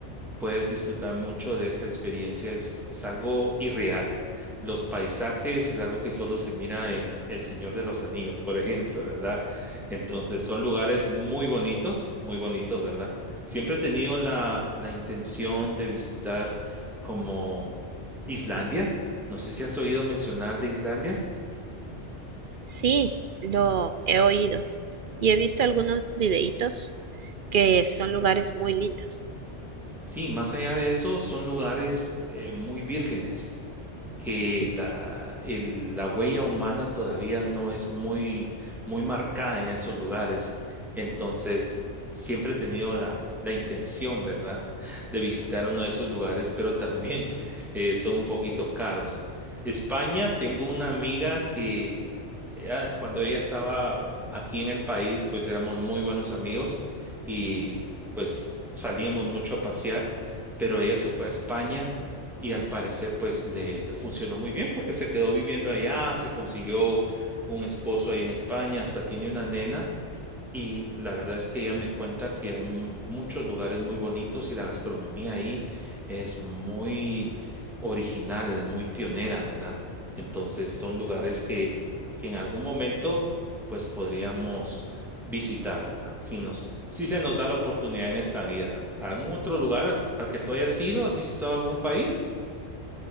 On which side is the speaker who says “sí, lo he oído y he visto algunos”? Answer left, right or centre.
Right